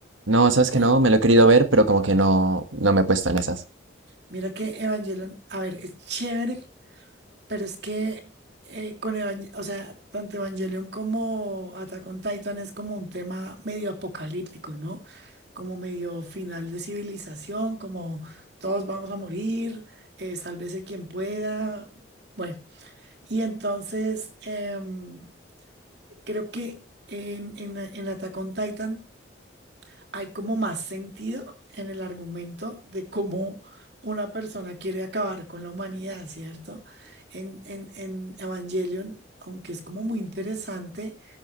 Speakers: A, on the right (about 80°); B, on the right (about 60°).
A: No, sabes
B: eh,
A: que no, me lo he querido ver, pero como que no, no me he puesto en esas.
B: Mira que Evangelion, a ver, es chévere, pero es que eh, con Evangelion, o sea, tanto Evangelion como Attack on Titan es como un tema medio apocalíptico, ¿no? Como medio final de civilización, como todos vamos a morir, eh, sálvese quien pueda. Bueno, y entonces em, creo que en, en en Attack on Titan hay como más sentido en el argumento de cómo una persona quiere acabar con la humanidad, ¿cierto? En, en, en Evangelion, aunque es como muy interesante,